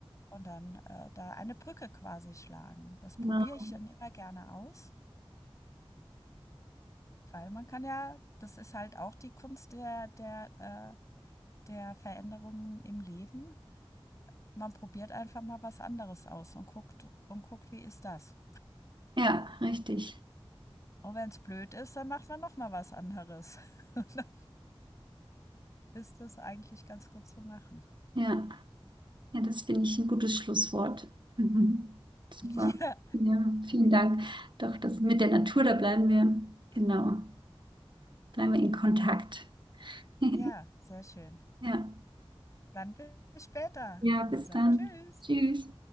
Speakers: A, on the left; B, on the right.
A: Und dann, äh, da eine Brücke quasi schlagen. Das probiere
B: Genau.
A: ich dann immer gerne aus, weil man kann ja das ist halt auch die Kunst der der, äh der Veränderungen im Leben. Man probiert einfach mal was anderes aus und guckt und guckt, wie ist das?
B: Ja, richtig.
A: Und wenn es blöd ist, dann macht man noch mal was anderes. <laughs> Und dann ist das eigentlich ganz gut zu machen.
B: Ja, ja, das finde ich ein gutes Schlusswort. <laughs> Mhm. Super.
A: <laughs> Ja,
B: Ja, vielen Dank. Doch, das mit der Natur, da bleiben wir, genau, bleiben wir in Kontakt. <laughs>
A: ja, sehr schön.
B: Ja,
A: Dann bis später,
B: ja, bis
A: Lisa.
B: dann.
A: Tschüss.
B: Tschüss.